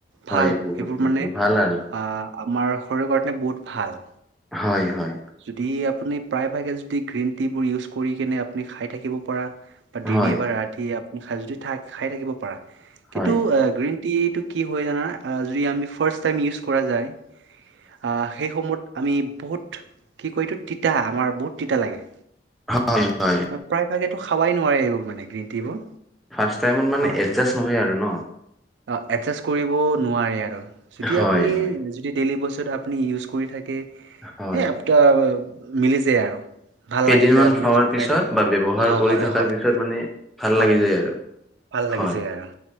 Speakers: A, on the right; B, in the centre.
A: ভাল
B: হয় বহুত
A: সেইবোৰ
B: এইটো
A: মানে,
B: ভাল আৰু
A: আঁ আমাৰ শৰীৰৰ কাৰণে বহুত ভাল।
B: হয়, হয়।
A: যদি আপুনি প্ৰায়ভাগে যদি গ্ৰীণট্ৰীবোৰ ইউছ কৰিকিনে আপুনি খাই থাকিব পাৰা। বা দিনে
B: হয়
A: এবাৰ ৰাতি এব্‌- আপুনি খাই যদি খাই খাই থাকিব পাৰা।
B: হয়
A: কিন্তু
B: হয়
A: আ গ্ৰীণ ট্ৰীটো কি হয় জানা? আঁ যদি আমি ফাৰ্ষ্ট টাইম ইউছ কৰা যায়। আঁ সেই সমত আমি বহুত কি কয় এইটো? তিতা আমাৰ বহুত তিতা লাগে।
B: হয়, হয়।
A: বা প্ৰায় ভাগেটো এইটো খাবাই নোৱাৰে এইবোৰ মানে। গ্ৰীণ টিবোৰ
B: ৰ্ফাষ্ট টাইমত মানে
A: হয়
B: এড্‌জাষ্ট নহয় আৰু ন'?
A: অ এড্‌জাষ্ট কৰিব নোৱাৰে আৰু, যদি
B: হয়
A: আপুনি
B: হয়
A: যি টি ডেইলি বস্তুত এটা আপুনি ইউজ কৰি থাকে।
B: হয়
A: হে আপটা মিলি যায় আৰু। ভাল
B: কেইদিনমান
A: লাগি যায় আপুনি
B: খোৱাৰ
A: যদি
B: পিছত
A: খাই থাকে।
B: বা ব্যৱহাৰ
A: হ
B: কৰি
A: হয়
B: থকাৰ
A: হয়,
B: পিছত মানে ভাল
A: হয়।
B: লাগি যায় আৰু
A: ভাল লাগি
B: হয়
A: যায় আৰু।